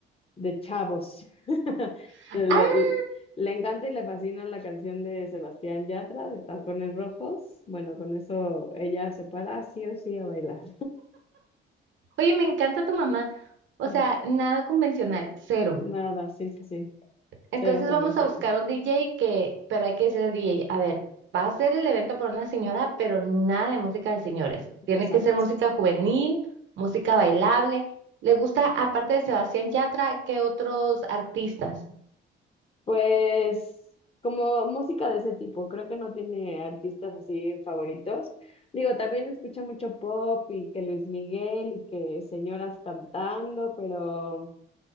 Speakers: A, on the left; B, on the right.
A: de chavos. <laughs>
B: Ah,
A: Le, le le encanta y le fascina la canción de Sebastián Yatra de Tacones Rojos. Bueno, con eso ella se para sí o sí a bailar.
B: oye, me encanta tu mamá. O
A: <laughs>
B: sea, nada convencional, cero.
A: Nada, sí, sí, sí,
B: Entonces
A: cero convención,
B: vamos a buscar un DJ que, pero hay que decirle al DJ, a ver, va a ser el evento por una señora, pero nada de música de señores. Tiene
A: exacto.
B: que ser música juvenil, música bailable. Le gusta, aparte de Sebastián Yatra, ¿qué otros artistas?
A: Pues como música de ese tipo, creo que no tiene artistas así favoritos. Digo, también escucha mucho pop y que Luis Miguel y que señoras cantando, pero,